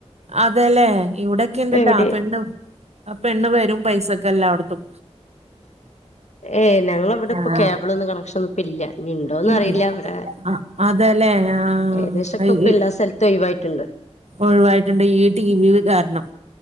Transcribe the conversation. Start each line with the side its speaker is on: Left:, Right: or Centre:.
Right: അതല്ലേ ഇവിടെക്കെ ഇണ്ടിട്ടാ
Left: എവിടെ
Right: പെണ് ആപെണ്ണ് വരും പൈസക്ക് എല്ലായിടത്തും
Left: ഏഹ് ഞങ്ങളവിടെ ഇപ്പൊ
Right: ആഹ്
Left: കേബിളൊന്നും കണക്ഷൻ ഒന്നും ഇപ്പൊഇല്ല ഇഞ്ഞ് ഇണ്ടോന്ന്
Right: ഇല്ല
Left: അറിയില്ല ഇവിടെ
Right: ആഹ് അതെല്ലേ ആഹ്
Left: ഏകദേശം ഒക്കെ ഇപ്പൊ
Right: ഈ
Left: എല്ലാ സ്ഥലത്തും ഒഴിവായിട്ടുണ്ട്
Right: ഒഴിവായിട്ടുണ്ട് ഈ ടി വി കാരണം